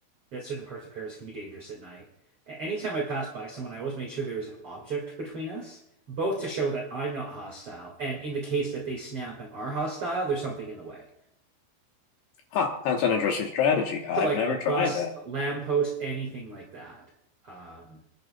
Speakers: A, on the right (about 65°); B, on the left (about 70°).
A: that certain parts of Paris can be dangerous at night. A- Anytime I passed by someone, I always made sure there was an object between us, both to show that I'm not hostile, and in the case that they snap and are hostile, there's something in the way.
B: Huh, that's an interesting strategy. I've
A: So like
B: never
A: a bus,
B: tried that.
A: a lamppost, anything like that. Um,